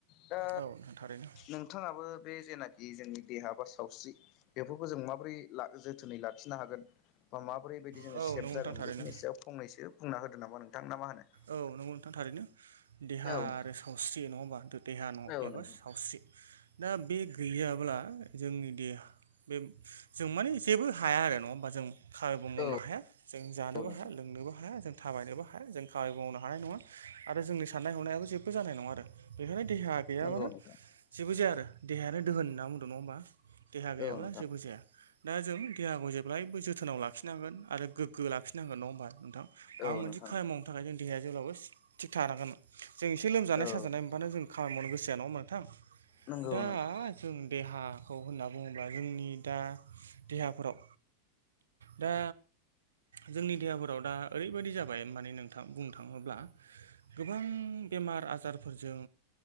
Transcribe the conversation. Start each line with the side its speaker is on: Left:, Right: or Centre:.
Left: दा
Right: औ नोंथां थारैनो
Left: नोंथाङाबो बे जेनाखि जोंनि देहा बा सावस्रि बेफोरखौ जों माबोरै ला जोथोनै लाखिनो हागोन बा माबोरै बायदि जोङो
Right: औ
Left: सेभ
Right: नंगौ
Left: जागोन
Right: नोंथां थारैनो
Left: बेफोरनि सायाव फंनैसो बुंना होदो नामा नोंथां। ना मा होनो?
Right: औ नंगौ नोंथा थारैनो। देहा
Left: औ नोंथां
Right: आरो सावस्रि नङा होमबा दो देहान
Left: औ
Right: एबा
Left: नोंथां
Right: सावस्रि दा बे गैयाब्ला जोंनि देहा बे जों माने जेबो हाया आरो नङा होमबा जों खामायबो मावनो
Left: औ
Right: हाया जों जानोबो
Left: औ नोंथां
Right: हाया लोंनोबो हाया जों थाबायनोबो हाया जों खामानिबो मावनो हानाय नङा आरो जोंनि साननाय हनायाबो जेबो जानाय नङा आरो बेखायनो देहा गैयाबानो
Left: नंगौ नंगौ नोंथां
Right: जेबो जाया आरो देहायानो दोहोन होनना बुंदों नङा होमबा। देहा गैयाब्ला
Left: औ नोंथां
Right: जेबो जाया दा जों देहाखौ जेब्लायबो जोथोनाव लाखि नांनोन आरो गोगो लाखिनांगोन नङा होमबा नोंथां माबा
Left: औ
Right: मोनसे
Left: नोंथां
Right: खामानि मावनो थाखाय जों देहाया जेब्लाबो थिग थानांगोन जों एसे लोमजानाय
Left: औ
Right: साजानाय
Left: नोंथां
Right: मोनबानो जों खामानि मावनो गोसो जाया। नङा होमबा नोंथां?
Left: नंगौ
Right: दा
Left: नोंथां
Right: जों देहाखौ होनना बुङोब्ला जोंनि दा देहाफोराव दा जोंनि देहाफोराव दा ओरैबादि जा- बाय माने नोंथां बुंनो थाङोब्ला गोबां बेमार आजारफोरजों